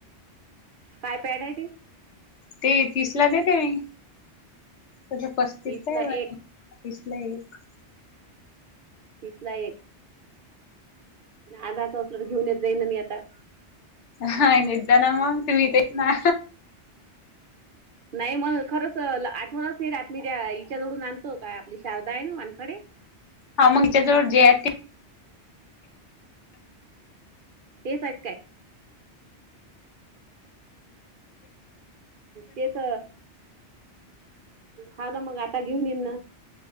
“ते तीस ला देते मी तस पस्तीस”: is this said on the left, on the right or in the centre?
Left